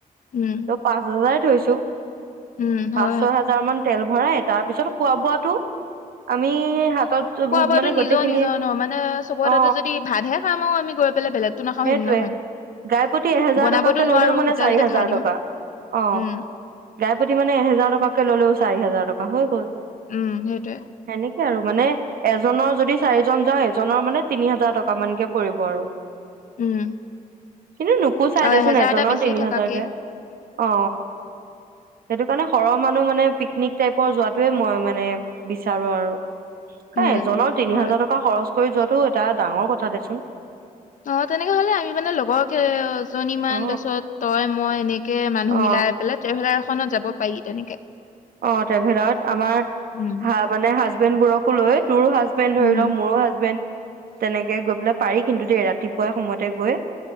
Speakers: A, on the left; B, on the right.
A: উম,
B: ত পাঁচ হাজাৰ ধৰিছো ত
A: উম,
B: পাঁচ
A: হয়।
B: ছয় হাজাৰ মান তেল ভৰাই এটাৰ পিছত খোৱা বোৱাটো আমি হাতত
A: খোৱা বোৱাতো
B: মানে গোটেইখিনি
A: নিজৰ নিজৰ ন মানে চবৰ
B: অ
A: তাতে যদি ভাতহে খাম আৰু আমি গৈ পেলাই বেলেগতো নাখাওঁ
B: সেইটোৱে
A: সেইদিনাখন।
B: গাইপতি এহেজাৰ
A: বনাবতো
B: টকাকে
A: নোৱাৰো
B: ললেও মানে
A: হোটেলতে
B: চাৰি হেজাৰ
A: খাই দিম।
B: টকা অ
A: উম,
B: গাইপতি মানে এহেজাৰ টকাকে ললেও চাৰি হেজাৰ হাজাৰ টকা হৈ গ'ল
A: উম সেইটোৱে
B: সেনেকে আৰু মানে এজনৰ যদি চাৰিজন যাওঁ জনৰ মানে তিনি হাজাৰ টকা মানকে পৰিব আৰু
A: উম
B: কিন্তু নোপোচাই
A: আৰু
B: দেচোন
A: এহেজাৰ
B: এজনৰ
A: এটা বেছি
B: তিনি
A: থাকাকেই
B: হাজাৰকে অ সেইটো মানে সৰহ মানুহ মানে পিকনিক টাইপৰ যোৱাাতোৱে মই মানে বিচাৰো আৰু
A: উম।
B: এজনৰ তিনি
A: হয়
B: হাজাৰ টকা খৰচ কৰি যোৱাটো এটা ডাঙৰ কথা দেচোন
A: অ তেনেকে হলে আমি মানে লগৰকে এজনী মমান
B: অ
A: তাৰিছত তই মই এনেকে মানুহ
B: অ
A: মিলাই পেলাই ট্ৰেভেলাৰ এখনত যাব পাৰি তেনেকে
B: অঁ টভেলত আমাৰ
A: উম,
B: হাঁ মানে হাজবেণ্ড বোৰক কলৈ তোৰো হাজবেণ্ড
A: উম,
B: ধৰি ল মোৰো হাজবেণ্ড তেনেকে গৈ পেলাই পাৰি কিন্তু দেেই ৰাতিপুৱা সময়তে গৈ